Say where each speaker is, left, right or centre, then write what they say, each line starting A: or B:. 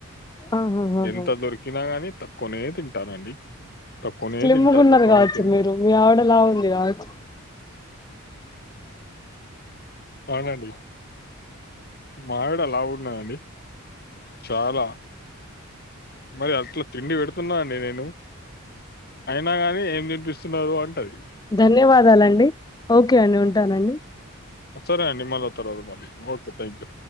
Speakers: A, on the left; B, on the left.
A: ఆహాహాహా
B: ఎంత దొరికినా గాని తక్కువనే తింటానండి తక్కువనే
A: స్లిమ్ముకున్నారు
B: తింటా తక్కువనే
A: కావచ్చు
B: తిన్
A: మీరు మీ ఆవిడ లా ఉంది కావచ్చు
B: అవునండి మావిడ అలా ఉన్నాయండి చాలా మరి అట్ల తిండి పెడుతున్నా అండి నేను అయినా కాని ఏం తినిపిస్తున్నారు అంటది
A: ధన్యవాదాలండి ఓకే అండి ఉంటానండి
B: సరే అండి మళ్ళ ఓకే థాంక్యూ